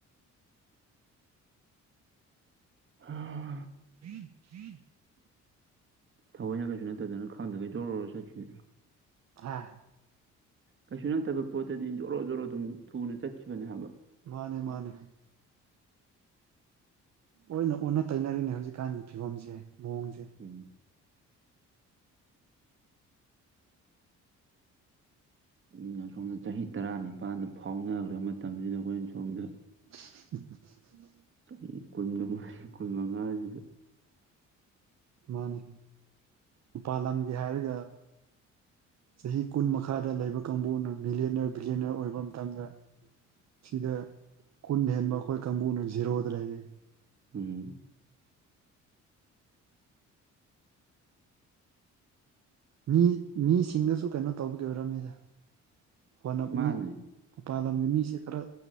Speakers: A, on the right; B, on the right.
A: ꯍ
B: <unintelligible>
A: ꯊꯑꯣꯏꯅ ꯀꯩꯁꯨ ꯅꯠꯇꯗꯅ ꯈꯪꯗ ꯀꯩ ꯖꯣꯔꯔꯣ ꯆꯠꯈꯤ
B: ꯍꯥ
A: ꯀꯩꯁꯨ ꯅꯠꯇꯕ ꯄꯣꯠꯇꯗꯤ ꯖꯣꯔꯣ ꯖꯣꯔꯣ ꯑꯗꯨꯝ ꯊꯨꯅ ꯆꯠꯈꯤꯕꯅꯦ ꯍꯥꯏꯕ
B: ꯃꯥꯅꯦ ꯃꯥꯅꯦ ꯑꯣꯏꯅ ꯑꯣꯟꯅ ꯇꯩꯅꯔꯤꯅꯦ ꯍꯧꯖꯤꯛꯀꯥꯟꯒꯤ ꯐꯤꯕꯝꯁꯦ ꯃꯑꯣꯡꯁꯦ
A: ꯎꯝ ꯃꯤꯅ ꯁꯣꯝꯗ ꯆꯍꯤ ꯇꯔꯥ ꯅꯤꯄꯥꯜꯗ ꯐꯥꯎꯅꯈ꯭ꯔ ꯃꯇꯝꯁꯤꯗ ꯑꯩꯈꯣꯏꯅ ꯁꯣꯝꯗ
B: <unintelligible>
A: ꯆꯍꯤ ꯀꯨꯟꯒꯃꯔꯤ ꯀꯨꯟꯃꯉꯥ <unintelligible>
B: ꯃꯥꯅꯦ ꯃꯄꯥꯜ ꯂꯝꯒꯤ ꯍꯥꯏꯔꯒ ꯆꯍꯤ ꯀꯨꯟ ꯃꯈꯥꯗ ꯂꯩꯕ ꯀꯥꯡꯕꯨꯅ ꯃꯤꯂꯦꯅꯔ ꯕꯤꯂꯦꯅꯔ ꯑꯣꯏꯕ ꯃꯇꯝꯗ ꯁꯤꯗ ꯀꯨꯟ ꯍꯦꯟꯕ ꯑꯈꯣꯏ ꯀꯥꯡꯕꯨꯅ ꯖꯤꯔꯣꯗ ꯂꯩꯔꯦ
A: ꯎꯝ
B: ꯃꯤ ꯃꯤꯁꯤꯡꯗꯁꯨ ꯀꯩꯅꯣ ꯇꯧꯕꯒꯤ ꯑꯣꯏꯔꯝꯅꯤꯗ <unintelligible>
A: ꯃꯥꯅꯦ
B: ꯃꯤ ꯃꯄꯥꯟꯂꯝꯒꯤ ꯃꯤꯁꯦ ꯈꯔ